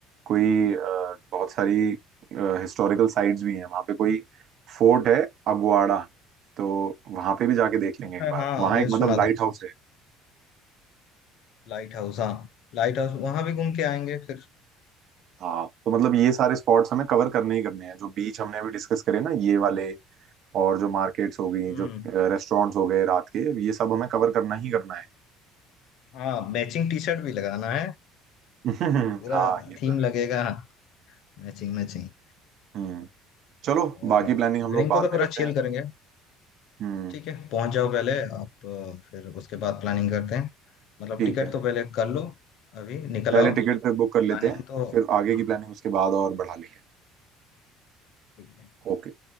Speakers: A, on the right; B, on the left.
A: कोई अ, बहुत सारी हिस्टोरिकल साइट्स भी हैं वहां पे कोई फोर्ट है अगवाड़ा तो वहां पे भी जाके देख लेंगे
B: अच्छा
A: एक बार
B: हाँ
A: वहां
B: मैं
A: एक
B: सुना
A: मतलब लाइट
B: था
A: हाउस है
B: लाइट हाउस हाँ लाइट हाउस वहां भी घूम के आएंगे फिर
A: हाँ तो मतलब ये सारे स्पॉट्स हमें कवर करने ही करने हैं जो बीच हमने अभी डिस्कस करे ना ये वाले और जो मार्केट्स हो गई
B: हम्म
A: जो
B: हम्म।
A: रेस्टोरेंट्स हो गए रात के ये सब हमें कवर करना ही करना है
B: हाँ मैचिंग टी शर्ट भी लगाना है
A: <laughs>
B: पूरा
A: हाँ ये तो
B: थीम
A: है
B: लगेगा मैचिंग मैचिंग
A: हम्म चलो
B: और
A: बाकी प्लानिंग हम
B: इवनिंग
A: लोग बाद
B: को तो
A: में
B: पूरा
A: करते
B: चिल
A: हैं
B: करेंगे
A: हम्म
B: ठीक है पहुंच जाओ पहले आप अ, फिर उसके बाद प्लानिंग करते हैं मतलब
A: ठीक
B: टिकट
A: है
B: तो पहले कर लो अभी निकल
A: पहले
B: आओ
A: टिकट बुक
B: प्लानिंग
A: कर लेते हैं
B: तो
A: फिर आगे
B: हाँ
A: की प्लानिंग उसके बाद और बढ़ा लेंगे
B: ठीक है
A: ओके